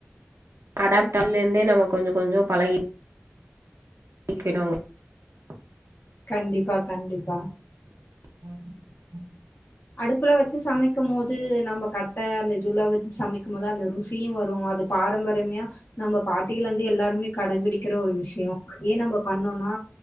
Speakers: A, on the right; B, on the left.
A: அடாப்டல இருந்தே நம்ம கொஞ்சம் கொஞ்சம் பழகி நக்கணும்ங்க <unintelligible>
B: கண்டிப்பா கண்டிப்பா
A: உ <unintelligible> ம்
B: அடுப்புல வச்சு சமைக்கு போது நம்ம கட்ட அந்த இதுல்ல வச்சு சமைக்கு போது அந்த ருசியு வரு அது பாரம்பரியமையா நம்ப பாட்டிகள் வந்து எல்லாருமே கடபிடிக்கிற ஒரு விஷய அதே நம்ம பண்ணோம்னா